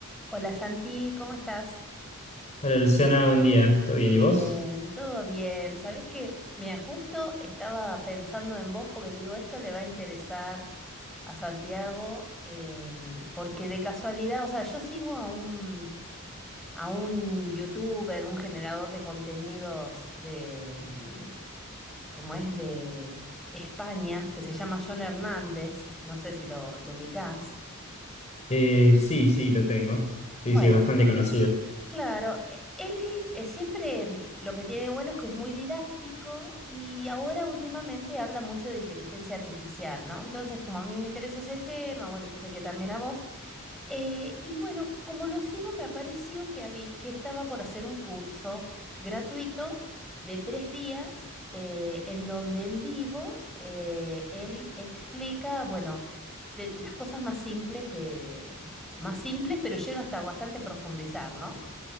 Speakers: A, in the centre; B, on the left.
A: Hola Santi, ¿cómo estás?
B: Hola Luciana, buen día. ¿Todo bien
A: Bien,
B: y vos?
A: todo bien. Sabés que, mira, justo estaba pensando en vos porque digo, esto le va a interesar a Santiago, em, porque de casualidad, o sea, yo sigo a un, a un youtuber, un generador de contenidos de, mm, como es de España, que se llama John Hernández, no sé si lo, lo ubicás.
B: Eh, sí, sí, lo tengo. Sí,
A: Bueno.
B: sí, es bastante conocido.
A: Claro, e- él eh, siempre mm, lo que tiene bueno es que es muy didáctico y ahora últimamente habla mucho de inteligencia artificial, ¿no? Entonces, como a mí me interesa ese tema, bueno, yo sé que también a vos, eh, y bueno, como lo sigo, me apareció que, habí- que estaba por hacer un curso gratuito de tres días eh, en donde en vivo eh, él explica, bueno, de las cosas más simples de, de- más simples, pero llega hasta bastante profundizar, ¿no?